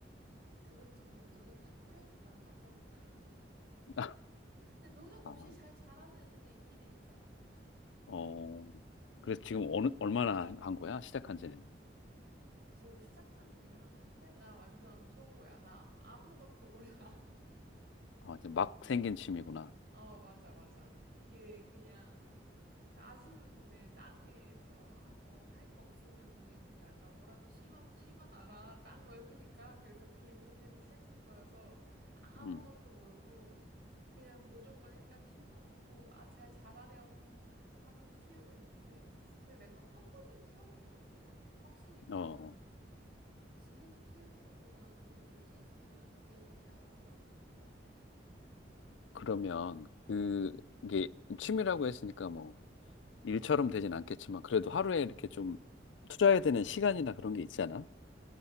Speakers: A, on the right; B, on the left.
A: 그것도 농약 다 뿌려야 된다고 하더라고. <laughs>
B: <laughs>
A: 근데 농약 없이
B: 아,
A: 잘 자라는 애들도 있긴 있어.
B: 어, 그래서 지금 어느, 얼마나 한 한 거야? 시작한 지는?
A: 지금 시작한 지 한 한 달? 나 완전 초보야. 난 아무것도 몰라.
B: 아, 이제 막 생긴 취미구나.
A: 어, 맞아, 맞아. 이게 그냥 그 아시는 분의 땅에서 아, 뭐 할 거 없으면은 여기다가 뭐라도 심어, 심어놔라. 땅 넓으니까. 그래서 그냥 그렇게 해서 시작한 거여서 아무것도
B: 음,
A: 모르고 그냥 모종만 일단 심어놓고 아, 잘 자라렴 하면서 키우고 있는데 근데 내가 화분은 키워본 적 있거든? 확실히 그냥
B: 어,
A: 집에서 키우는 것보단 그런 노지에서 키우는 게 잘 자라는 것 같긴 하더라고.
B: 그러면 그게 취미라고 했으니까 뭐, 일처럼 되진 않겠지만 그래도 하루에 이렇게 좀 투자해야 되는 시간이나 그런 게 있잖아.